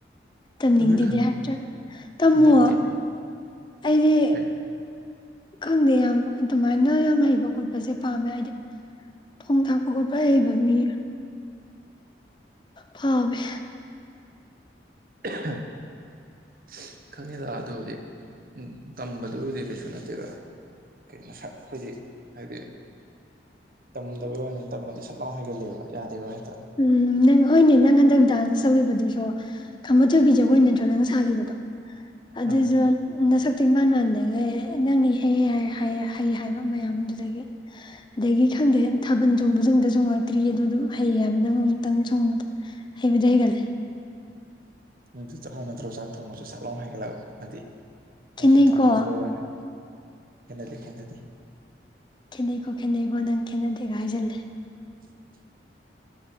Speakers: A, on the left (about 25°); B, on the right (about 50°).
A: ꯇꯝꯅꯤꯡꯗꯦꯗꯤ
B: ꯑꯗꯨ ꯈꯟ
A: ꯍꯥꯏꯗ꯭ꯔꯒ ꯇꯝꯃꯣ
B: ꯅꯠꯇꯦꯃꯤ
A: ꯑꯩꯗꯤ
B: ꯑꯦ
A: ꯈꯪꯗꯦ ꯌꯥꯝ ꯑꯗꯨꯃꯥꯏꯅ ꯌꯥꯝ ꯍꯩꯕ ꯈꯣꯠꯄꯖꯦ ꯄꯥꯝꯃꯦ ꯍꯥꯏꯗꯤ ꯊꯣꯡ ꯊꯥꯛꯄ ꯈꯣꯠꯄ ꯍꯩꯕ ꯃꯤ ꯄꯥꯝꯃꯦ
B: <unintelligible> ꯈꯪꯉꯤꯗ ꯑꯗꯨꯕꯨꯗꯤ ꯇꯝꯕꯗꯨ ꯕꯨꯗꯤ ꯀꯩꯁꯨ ꯅꯠꯇꯦꯗ ꯀꯩꯅꯣ ꯁꯠ ꯑꯩꯈꯣꯏꯗꯤ ꯍꯥꯏꯗꯤ ꯇꯝꯗꯕꯩ ꯋꯥꯅꯦ ꯇꯝꯃꯗꯤ ꯁꯠ ꯂꯥꯎꯅ ꯍꯩꯒꯠꯂꯦꯕꯥ ꯌꯥꯗꯦꯕ ꯍꯦꯛ
A: ꯎꯝ ꯅꯪ ꯍꯣꯏꯅꯦ ꯅꯪ ꯍꯟꯗꯛ ꯗꯥꯟꯁ ꯇꯧꯒꯤꯕꯗꯨꯁꯣ ꯈꯝꯕ ꯊꯣꯏꯕꯤ ꯖꯒꯣꯏ ꯅꯠꯇ꯭ꯔꯣ ꯅꯪꯅ ꯁꯥ ꯁꯥꯒꯤꯕꯗꯣ ꯑꯗꯨꯖꯨ
B: ꯑꯥ
A: ꯅꯁꯛ ꯇꯨ ꯏꯃꯥꯟ ꯃꯥꯟꯗꯒꯩ ꯅꯪꯅ ꯏꯍꯩ ꯍꯩ ꯍꯩꯌꯦ ꯍꯩ ꯍꯥꯏꯕ ꯃꯌꯥꯝꯗꯨꯗꯒꯤ ꯑꯗꯒꯤ ꯈꯪꯗꯦ ꯊꯥꯕꯟ ꯆꯣꯡꯕꯖꯨ ꯑꯃꯨꯛꯇ ꯆꯣꯡꯉꯛꯇ꯭ꯔꯤꯌꯦ ꯑꯗꯨꯗꯨꯒ ꯍꯩꯌꯦ ꯍꯥꯏꯕ ꯅꯪ ꯑꯃꯨꯛꯇꯪ ꯆꯣꯡꯕꯗ ꯍꯩꯕꯨꯗꯤ ꯍꯩꯒꯜꯂꯦ
B: ꯃꯗꯨ ꯆꯞ ꯃꯥꯟꯅꯗ꯭ꯔꯣ ꯆꯥꯛ ꯊꯣꯡꯕꯁꯨ ꯁꯠꯂꯥꯎ ꯍꯩꯒꯠꯂꯛ ꯑꯗꯤ ꯑꯩꯅ
A: ꯈꯦꯠꯅꯩꯀꯣ
B: ꯁꯨꯝ ꯊꯣꯡꯕꯤꯗꯕ ꯋꯥꯅꯦ ꯈꯦꯠꯅꯗꯦ ꯈꯦꯠꯅꯗꯦ
A: ꯅꯤ ꯀꯣ ꯈꯦꯠꯅꯩꯀꯣ ꯅꯪ ꯈꯦꯠꯅꯗꯦꯒ ꯍꯥꯢꯖꯤꯜꯂꯦ
B: <inaudible>